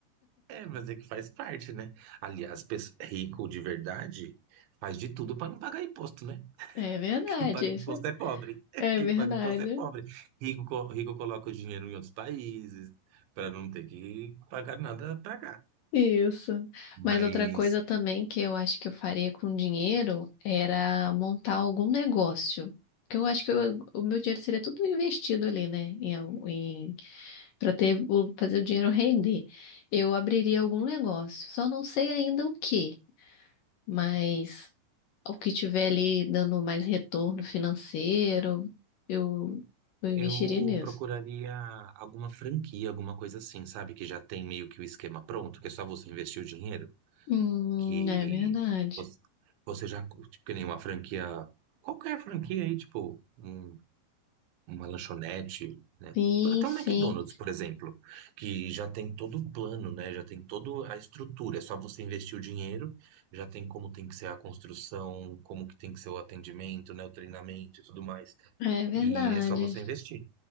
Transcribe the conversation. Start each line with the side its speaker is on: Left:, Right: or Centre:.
Right: É, mas é que faz parte, né? Aliás, pes- rico de verdade faz de tudo para não pagar imposto, né?
Left: É verdade,
Right: <laughs> Quem paga imposto
Left: isso é
Right: é pobre. <laughs>
Left: é
Right: Quem
Left: verdade.
Right: paga imposto é pobre. Rico, co- rico coloca o dinheiro em outros países para não ter que pagar nada para cá.
Left: Isso.
Right: Mas
Left: Mas outra coisa também que eu acho que eu faria com dinheiro era montar algum negócio. Porque eu acho que eu- o meu dinheiro seria tudo investido ali, né? Em, al- em, para ter, o- fazer o dinheiro render. Eu abriria algum negócio. Só não sei ainda o que, mas o que tiver ali dando mais retorno financeiro, eu, eu investiria
Right: eu
Left: nisso.
Right: procuraria alguma franquia, alguma coisa assim, sabe? Que já tem meio que o esquema pronto, que é só você investir o dinheiro,
Left: Hum,
Right: que
Left: é verdade.
Right: você você já curte, que nem uma franquia, qualquer franquia aí, tipo. um uma lanchonete, né?
Left: Sim,
Right: Até
Left: sim,
Right: um McDonald's, por exemplo, que já tem todo o plano, né? Já tem toda a estrutura. É só você investir o dinheiro, já tem como tem que ser a construção, como que tem que ser o atendimento, né? O treinamento e tudo mais.
Left: é verdade.
Right: E é só você investir.